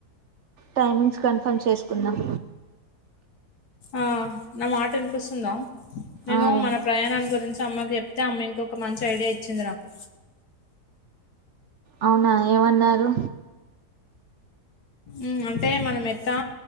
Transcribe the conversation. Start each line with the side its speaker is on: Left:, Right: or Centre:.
Right: టైమింగ్స్ కన్ఫామ్ చేసుకుందాం
Left: ఆ నా మాట వినిపిస్తుందా నేను
Right: ఆ విన్
Left: మన ప్రయాణాన్ని గురించి అమ్మకి చెప్తే అమ్మ ఇంకొక మంచి ఐడియా ఇచ్చింది నాకు
Right: అవునా ఏవన్నారు
Left: ఉమ్ అంటే మనం ఎట్టా